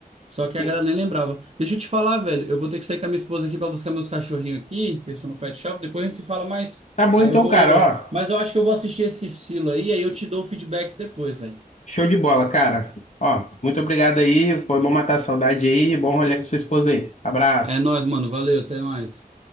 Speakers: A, on the right; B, on the left.
A: Só que
B: Sim.
A: a galera nem lembrava. Deixa eu te falar, velho. Eu vou ter que sair com a minha esposa aqui pra buscar meus cachorrinhos aqui, que eles estão no pet shop. Depois a gente se fala mais.
B: Tá bom
A: Aí
B: então,
A: eu vou.
B: cara, ó.
A: Mas eu acho que eu vou assistir esse silo aí, aí eu te dou o feedback depois, velho.
B: Show de bola, cara. Ó, muito obrigado aí. Foi bom matar a saudade aí. Bom rolê com sua esposa aí. Abraço.
A: É nóis, mano. Valeu, até mais.